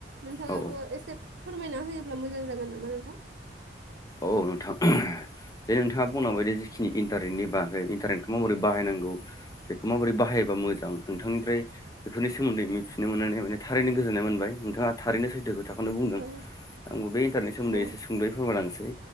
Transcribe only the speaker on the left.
औ
औ नोंथां। जे नोंथाङा बुंलांबायदि जिखिनि इन्टारनेटनि बागै इन्टारनेटखौ माबोरै बाहायनांगौ बेखौ माबोरै बाहायोबा मोजां नोंथांनिफ्राय बेफोरनि सोमोन्दै मिथिनो मोननानै माने थारैनो गोजोन्नाय मोनबाय। नोंथाङा थारैनो सैथो खोथाखौनो बुंदों
आंबो बे इन्टारनेट सोमोन्दै
एसे सुंद'यै फोरमायलांनोसै